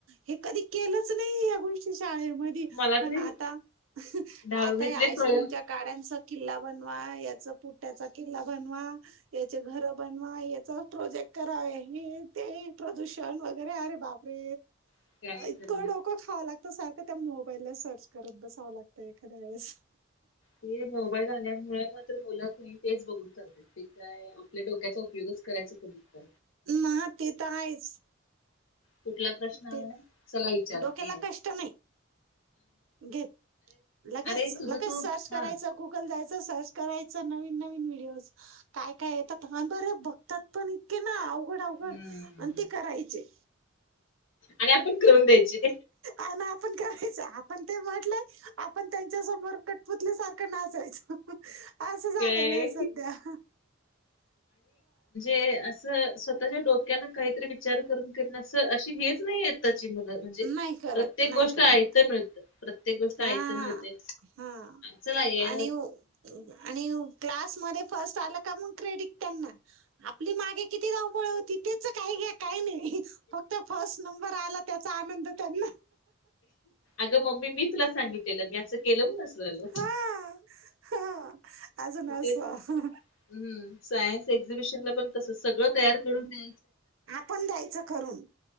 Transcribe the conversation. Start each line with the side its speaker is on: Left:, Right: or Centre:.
Right: हे कधी केलंच नाही या गोष्टी. शाळेमध्ये
Left: मला तरी
Right: आता
Left: दहावीतले
Right: आता या आईस्क्रीमच्या
Left: प्रयोग
Right: काड्यांचा किल्ला बनवा. ह याच पुट्याचा किल्ला बनवा याचे घर बनवा याच प्रोजेक्ट करा हे ते प्रदूषण वगैरे अरे बापरे!
Left: काय खरं
Right: इतकं
Left: नाही.
Right: डोकं खावं लागतं सारखं त्या मो पहिल्या सर्च करत बसावं लागतं एखाद्या वेळेस
Left: ते मोबाईल आल्यामुळे मात्र मुलं तेच बघू ते काय आपल्या डोक्याचा उपयोगच करायचा करत.
Right: म ते तर आहेच
Left: कुठला प्रश्न...
Right: ते
Left: चला विचारतिये
Right: डोक्याला कष्ट नाही घेत लगेच
Left: अरे तुझं
Right: लगेच
Left: तू
Right: सर्च करायचं
Left: हा
Right: गुगल जायच तर सर्च करायच नविन नविन व्हीडीओज काय काय येतात हं अगं रे बघतात पण इके ना अघड अवघड
Left: हम्म
Right: आणि ते करायचे.
Left: आणि आपण करून द्यायचे
Right: अ ना आपण करायचं आपण ते म्हटलंय. आपण त्यांच्या समोर कटपुतली सारख नाचायच असं झालेलं
Left: काय
Right: आहे सध्या.
Left: हे अस स्वतःच्या डोक्यान काहीतर विचार करून करीन असं आशी हेच नाही म्हणजे मुल म्हणजे
Right: नाही करत
Left: प्रत्येक
Right: नाही
Left: गोष्ट
Right: करत
Left: आईत्त मिळत प्रत्येक गोष्ट
Right: हा
Left: ऐईत्त मिळते
Right: हा
Left: चला या
Right: आणि हो आणि हो क्लास मध्ये फस्ट आल का मग क्रेडीट त्यांना. आपली मागे किती धावपळ होती तेच काही घ्या काही नाही फक्त फर्स्ट नंबर आला त्याचा आनंद त्यांना.
Left: अगं मम्मी मी तुला सांगितलेलं मी असं केलं म्हणून आस झाल.
Right: हा हा अजून असं
Left: ते हम्म सायन्स एक्झिबिशन ला पण तसच. सगळं तयार करून म
Right: आपण द्यायचं करून